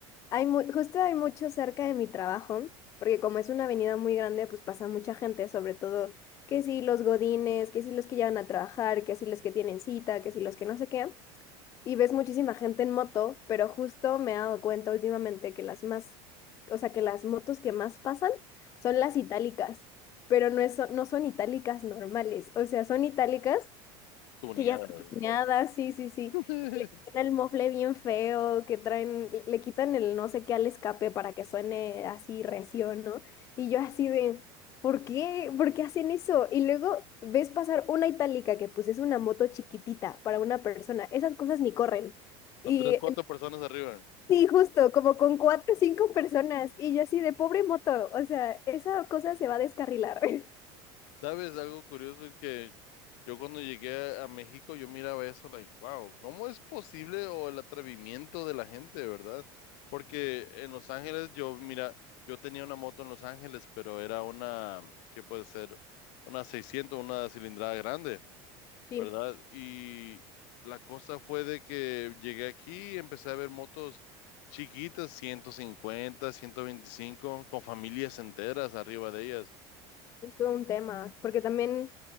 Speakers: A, on the left (about 25°); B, on the left (about 55°).
A: Hay mu- justo hay mucho cerca de mi trabajo, porque como es una avenida muy grande, pues pasa mucha gente, sobre todo que si los godines, que si los que llevan a trabajar, que si los que tienen cita, que si los que no sé qué. Y ves muchísima gente en moto, pero justo me he dado cuenta últimamente que las más, o sea, que las motos que más pasan son las itálicas, pero no es, no son itálicas normales, o sea, son itálicas
B: tuneada.
A: Que ya está tuneada, sí, sí, sí.
B: <laughs>
A: Que le quitan el mofle bien feo, que traen, le, le quitan el no sé qué al escape para que suene así recio, ¿no? Y yo así de, ¿por qué? ¿Por qué hacen eso? Y luego ves pasar una itálica que pues es una moto chiquitita para una persona. Esas cosas ni corren.
B: Son
A: Y
B: tres, cuatro
A: en-
B: personas arriba.
A: sí, justo, como con cuatro o cinco personas. Y yo así de, pobre moto, o sea, esa cosa se va a descarrilar. <laughs>
B: ¿Sabes? Algo curioso es que yo cuando llegué a, a México, yo miraba eso, like, wow, ¿cómo es posible? O el atrevimiento de la gente, ¿verdad? Porque en Los Ángeles, yo, mira, yo tenía una moto en Los Ángeles, pero era una, ¿qué puede ser? Una 600, una cilindrada grande.
A: sí
B: ¿verdad? Y la cosa fue de que llegué aquí y empecé a ver motos chiquitas, 150, 125, con familias enteras arriba de ellas.
A: Es todo un tema, porque también